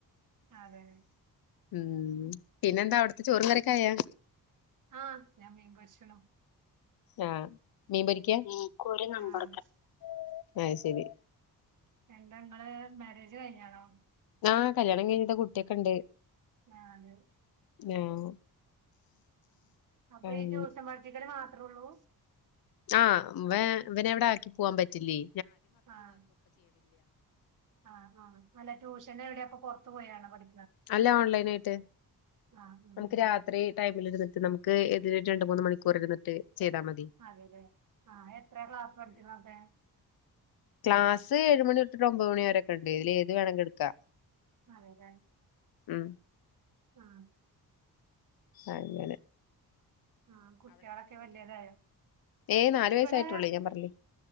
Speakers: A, on the right (about 55°); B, on the left (about 70°).
A: അതെ
B: ഉം പിന്നെന്താ അവ്ട്ത്തെ ചോറും കറ്യൊക്കായാ
A: ആഹ് ഞാൻ മീൻപൊര്ച്ച്ലു
B: ആഹ് മീൻ പൊരിയ്ക്കാ ക്കൊര് നമ്പറ്ക്കാ
A: ആഹ്
B: അയ് ശെരി
A: എന്ത ഇങ്ങെള് മേരേജ് കയ്ഞ്ഞാണോ
B: ആഹ് കല്യാണം കയ്ഞ്ഞ്ത കുട്ട്യാെക്കെണ്ട്
A: നാല്
B: ആഹ്
A: അപ്പ
B: ആഹ്
A: ഈ റ്റൂഷൻ പഠിപ്പിക്കെല് മാത്രാെള്ളൂ
B: ആഹ് വേ ഇവനെ ഇവിടെ ആക്കി പോവാം പറ്റില്ല്യേ
A: ആഹ് ആഹ് ആഹ് അല്ല ടൂഷനെവിടെ അപ്പൊ പൊറത്ത് പോയാണൊ പഠി
B: അല്ല ഓൺലൈനായ്ട്ട്
A: ആഹ് ഉം
B: നമുക്ക്
A: ഉം
B: രാത്രി ടൈമ്‌ല്ര്ന്നിട്ട് നമു ക്ക് ഇത് രണ്ട് മൂന്ന് മണിക്കൂറിര്ന്ന്ട്ട് ചെയ്താ മ
A: അതേലേ ആഹ് എത്രേ ക്ലാസ് പഠിച്ച്ണാെക്കെ
B: ക്ലാസ് ഏഴുമണി തൊട്ടിട്ട് ഒമ്പത് മണിവരെക്ക്ണ്ട് അയ്ല് ഏത് വേണെങ്കി എട്ക്കാ
A: അതേലെ
B: ഉം
A: ആഹ്
B: അങ്ങെനെ
A: ആഹ് കുട്ട്യാളാെക്കെ വല്ല്യേതായോ
B: ഏയ്
A: ഇവെടേ
B: വയസ്സായിട്ടുള്ളൂ ഞാൻ പറഞ്ഞില്ലേ.